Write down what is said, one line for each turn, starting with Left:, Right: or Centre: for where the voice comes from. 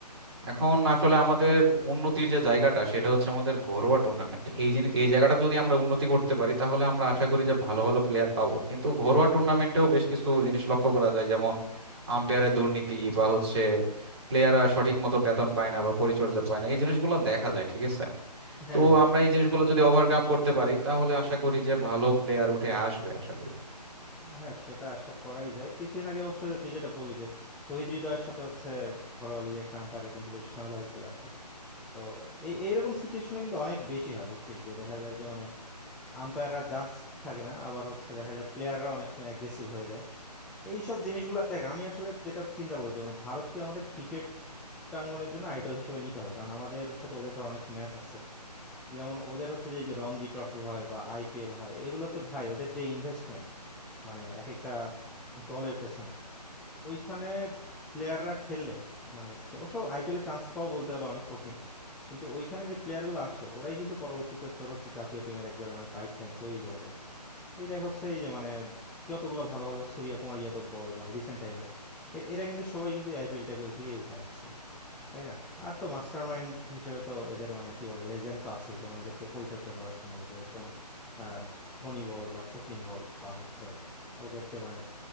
Right: এখন আসলে আমাদের উন্নতির যে জায়গাটা সেটা হচ্ছে আমাদের ঘরোয়া টুর্নামেন্ট এই জিনিস এই জায়গাটা যদি আমরা উন্নতি করতে পারি তাহলে আমরা আশা করি যে ভালো ভালো প্লেয়ার পাবো কিন্তু ঘরোয়া টুর্নামেন্টেও বেশ কিছু জিনিস লক্ষ্য করা যায় যেমন আম্পায়ারের দুর্নীতি বা হচ্ছে প্লেয়াররা সঠিক মতো বেতন পায় না বা পরিচর্যা পায় না এই জিনিসগুলো দেখা যায় ঠিক আছে
Centre: হ্যাঁ
Right: তো
Centre: হ্যাঁ
Right: আমরা এই জিনিসগুলো যদি ওভারকাম করতে পারি তাহলে আশা করি যে ভালো প্লেয়ার উঠে আসবে আশা করি
Centre: হ্যাঁ সেটা আশা করাই যায় কিছুদিন আগে অবশ্য যে তুই যেটা বললি যে তহিদ হৃদয়ের সাথে হচ্ছে ঘরোয়া লিগে একটা আম্পায়ারের কিন্তু বেশ ঝামেলা হয়েছিল আর কি তো এই এইরকম সিচুয়েশনে কিন্তু অনেক বেশি হয় বুঝছিস যে দেখা যায় যে মানে আম্পায়াররা জাস্ট থাকে না আবার হচ্ছে দেখা যায় প্লেয়াররা অনেক সময় অ্যাগ্রেসিভ হয়ে যায় এইসব জিনিসগুলো দেখ আমি আসলে যেটা চিন্তা করি যে মানে ভারতকে আমাদের ক্রিকেট প্রাঙ্গনের জন্য আইডল হিসেবে নিতে হবে কারণ আমাদের সাথে ওদের ধর অনেক ম্যাচ আছে যেমন ওদের হচ্ছে যে এই যে রঞ্জি ট্রফি হয় বা আইপিএল হয় এগুলোতে ভাই ওদের যে ইনভেস্টমেন্ট মানে এক একটা দলের পেছনে ওইখানে প্লেয়াররা খেললে মানে খে- অবশ্য আইপিএলে চান্স পাওয়া বলতে গেলে অনেক কঠিন কিন্তু ওইখানে যে প্লেয়ার গুলো আসে ওরাই কিন্তু পরবর্তীতে তোর হচ্ছে জাতীয় টিমের একবারে মানে পাইপ লাইন তৈরি করে দেয় তুই দেখ হচ্ছে এই যে মানে যতগুলো ভালো ভালো সূর্যা কুমার যাদব বল মানে রিসেন্ট টাইমের এরা কিন্তু সবাই কিন্তু আইপিএল টাইপিএল থেকে উঠে আসছে তাই না আর তো মাস্টার মাইন্ড হিসেবে তো এদের মানে কি বলে লেজেন্ড তো আছে যেমন এদেরকে পরিচর্যা করার জন্য বলতে পারিস যেমন আহ ধোনি বল বা সচিন বল বা হচ্ছে ওদের যে মানে